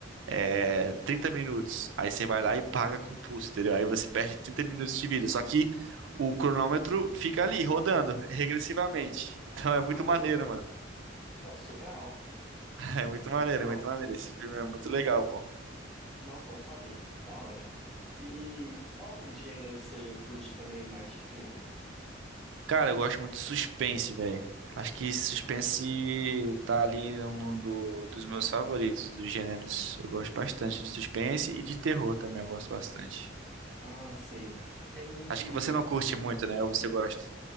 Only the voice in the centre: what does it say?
Caramba!
Não, surreal.
Não,
não, bom saber. Da hora. E qual gênero você curte também mais de filme?
Sus-
Ah, sei. Tem um de.